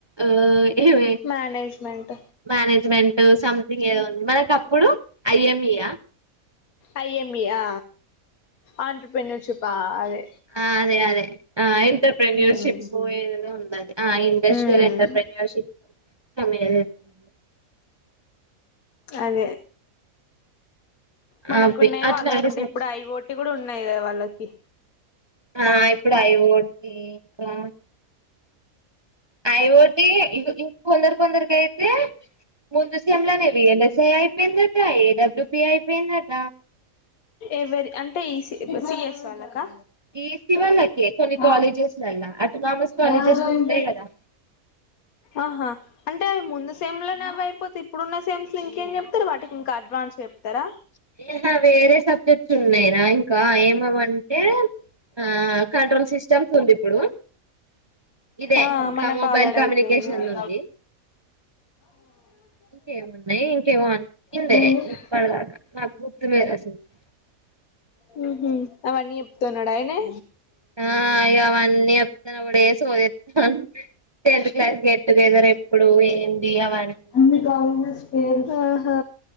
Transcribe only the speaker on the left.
మేనేజ్మెంట్
ఐయమ్ఈఆ ఆంట్రూ ప్రిన్సుపాలే
ఉమ్
ఉమ్
అదే మనకున్నాయే
వాళ్ళకుండే,
ఇప్పుడు ఐ ఓ టి కూడా ఉన్నాయి. కదా వాళ్ళకి కి
ఎవరి అంటే ఈ సి ఇప్ సి ఎస్ వాళ్ళకా
ఆ
ఎవరిదో
ఏంటో
ఆహా అంటే అవి ముందు సెమ్లనేవి అయిపోతే ఇప్పుడున్న సెమ్స్లు, ఇంకేం చెప్తారా వాటికి ఇంకా అడ్వాన్స్ చెప్తారా
ఆ
మనకు
ఆల్రెడీ
అయిపోయింది
ఉహు
హ్మ్ హు అవన్నీ చెప్పుతున్నాడ, ఆయన్నే
అన్నీ కావాలనే ఏం <unintelligible> ఆహా